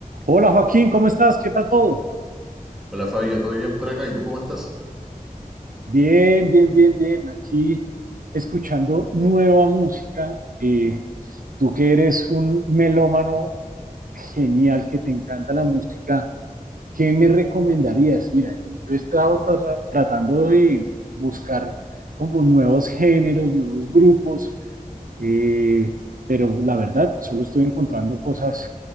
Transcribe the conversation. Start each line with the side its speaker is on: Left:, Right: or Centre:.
Right: Hola Joaquín, ¿cómo estás? ¿Qué tal todo?
Centre: Hola Fabio, ¿todo bien por acá? ¿Y tú cómo estás?
Right: Bien, bien, bien, bien. Aquí escuchando nueva música. Eh, tú que eres un melómano genial, que te encanta la música, ¿qué me recomendarías? Mira, yo, yo he estado tra- tratando de buscar como nuevos géneros, nuevos grupos, eh, pero la verdad solo estoy encontrando cosas